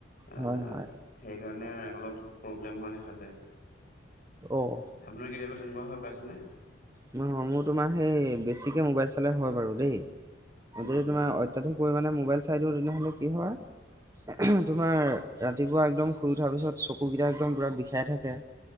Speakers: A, on the left; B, on the right.
A: আহ
B: হয়, হয়।
A: সেইকাৰণে অলপ প্ৰব্লেম হোৱা দেখা যায়।
B: অহ।
A: আপোনাৰ কেতিয়াবা তেনেকুৱা হৈ পাইছেনে?
B: <unintelligible> মোৰ তোমাৰ সেই বেছিকে মোবাইল চালে হয় বাৰু দেই!
A: উম
B: যদি তোমাৰ অত্যাধিক পৰিমাণে মোবাইল চাই দিওঁ তেনেহ'লে কি হয়
A: হয়
B: তোমাৰ ৰাতিপুৱা একদম শুই উঠাৰ পিছত চকুকেইটা একদম পুৰা বিষাই থাকে।